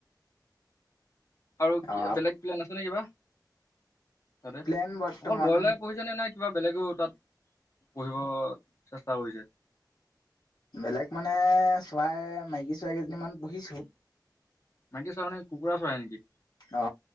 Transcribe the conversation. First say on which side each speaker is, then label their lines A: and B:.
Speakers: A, on the left (about 40°); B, on the left (about 65°).
A: আৰু
B: অ
A: বেলেগ প্লেলেন আছে নে কিবা ততে
B: প্লেন বৰ্তমান
A: অকল ব্ৰইলাৰে পঢহিছে নে নাই কিবা বেলেগৰ তাত পঢ়িব চেষ্টা কৰিছে
B: বেলেগ মানে চৰাই মাইকী চৰাই কেইজনীমান পুহিছো
A: নে চানে কুৰা চৰা নেি
B: অ